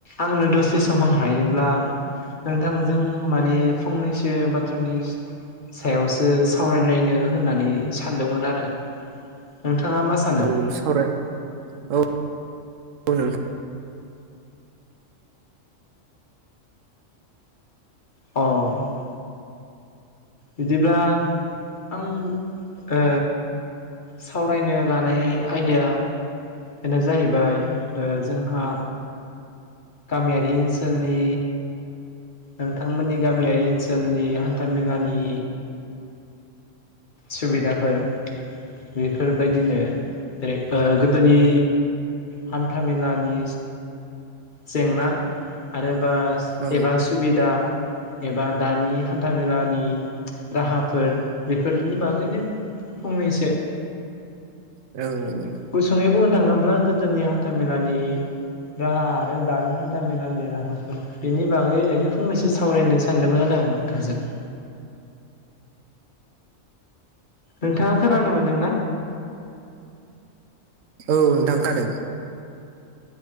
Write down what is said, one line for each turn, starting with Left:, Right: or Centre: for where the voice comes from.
Left: आंनो दसे सम होनो हायोब्ला- नोंथांजों माने फंनैसो बाथ्रानि सायावसो सावरायलायनो होननानै सानदोंमोन आरो नोंथाङा मा सान
Right: औ सावराय औ औ नों
Left: अ । बिदिब्ला आं ओ सावरायनो लानाय आयदायानो जाहैबाय ओ जोंहा गामियारि ओनसोलनि नोंथांमोननि गामियारि ओनसोलनि हान्था मेलानि सुबिदाफोर बेफोरबायदिनो जेरै ओ गोदोनि हान्थामेलानि जेंना आरो बा
Right: औ
Left: एबा सुबिदा एबा दानि हान्थामेलानि राहाफोर फोरनि बागैनो फंनैसो
Right: औ ।
Left: गुसुङै बुंनो थाङोब्ला गोदोनि हान्था मेलानि राहा आरो दानि हान्था मेलानि राहाफोर बेनि बागै ओरैनो फंनैसो सावरायनो सानदोंमोन आरो आं नोंथांजों । नोंथाङा खोनानो मोनदों ना?
Right: औ नोंथां खोनादों ।